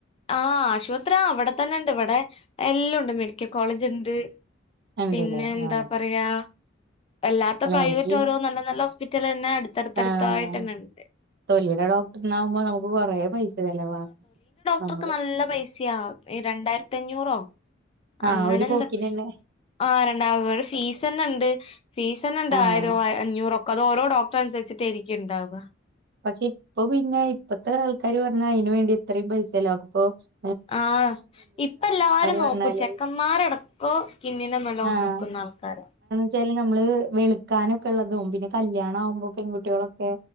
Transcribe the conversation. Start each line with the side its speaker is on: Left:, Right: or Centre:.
Left: ആ ആശുപത്രി അവടെ തന്നെണ്ട് ഇവിടെ എല്ലാംണ്ട് മെഡിക്കൽ കോളേജ് ണ്ട്
Right: ഉണ്ടല്ലേ
Left: പിന്നെന്താ
Right: ആഹ്
Left: പറയാ അല്ലാത്ത
Right: അല്ല
Left: പ്രൈവറ്റ്
Right: നമുക്ക് ഈ
Left: ഓരോ നല്ല നല്ല ഹോസ്പിറ്റലെന്നെ അടുത്തടുത്തായിട്ടെന്നെ
Right: ആഹ്
Left: ണ്ട്
Right: തൊലിയുടെ ഡോക്ടറിനാകുമ്പോ നമുക്ക് കൊറെ പൈസ ചെലവാ നമ്മള്
Left: ട്ടർക്ക് നല്ല പൈസാ രണ്ടായിരത്തി അഞ്ഞൂറോ
Right: ആ
Left: അങ്ങനെ
Right: ഒരു
Left: എന്ത
Right: പോക്കിനെന്നെ
Left: ആ രണ്ട അവടെ ഫീസെന്നെ ണ്ട് ഫീസെന്നെണ്ട്
Right: ആഹ്
Left: ആയിരം അഞ്ഞൂറൊക്കെ അത് ഓരോ ഡോക്ടറനുസരിച്ചിട്ടേരിക്കും ണ്ടാവ
Right: പക്ഷെ ഇപ്പൊ പിന്നെ ഇപ്പത്തെ ആൾക്കാര് പറഞ്ഞാ അയ്ന് വേണ്ടി ഇത്രേം പൈസ <unintelligible>
Left: ആ ഇപ്പെല്ലാരും
Right: പറഞ്ഞാല്
Left: നോക്കും ചെക്കന്മാരടക്കം സ്കിന്നിനെ നല്ലോം
Right: ആഹ്
Left: നോക്കു ആൾക്കാര
Right: <unintelligible> നമ്മള് വെുക്കാനൊക്കെള്ളതും പിന്നെ കല്യാണാകുമ്പോ പെൺകുട്ട്യോളൊക്കെ